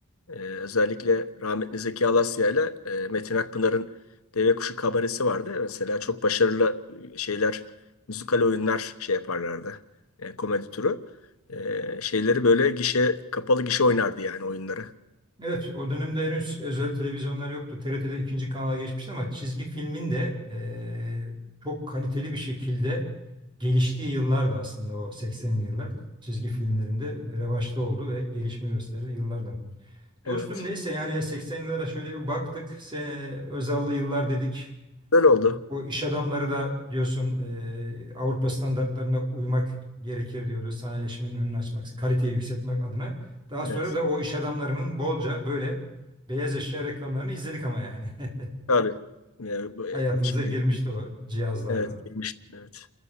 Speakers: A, on the left (about 80°); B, on the right (about 20°).
A: E, özellikle rahmetli Zeki Alasya ile e, Metin Akpınar'ın Deve Kuşu kabaresi vardı. Mesela çok başarılı e, şeyler, müzikal oyunlar şey yaparlardı. E, komedi türü. E, şeyleri böyle gişe, kapalı gişe oynardı yani oyunları.
B: Evet o dönemde henüz özel televizyonlar yoktu. TRT'de ikinci kanala geçmişti ama çizgi filmin de e, çok kaliteli bir şekilde geliştiği yıllardı aslında o 80'li yıllar. Çizgi filmlerinde revaçta oldu ve gelişme gösterdi yıllardan. Dostum
A: Evet.
B: neyse yani 80 yıllara şöyle bir baktık. Se Özal'lı yıllar dedik.
A: Böyle oldu.
B: O iş adamları da diyorsun e, Avrupa standartlarına uymak gerekir diyordu sanayileşmenin önünü açmak, kaliteyi yükseltmek adına. Daha
A: Evet.
B: sonra da o iş adamlarının bolca böyle beyaz eşya reklamlarını izledik ama yani. <laughs>
A: Tabii. Ya, bu,
B: Hayatımıza
A: e, ilişki.
B: girmişti o cihazlarda.
A: Evet. girmiştim, Evet.